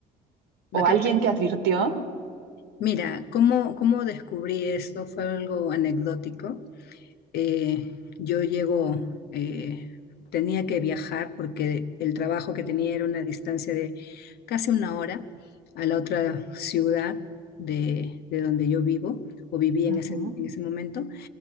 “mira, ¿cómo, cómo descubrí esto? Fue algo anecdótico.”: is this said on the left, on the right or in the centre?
Left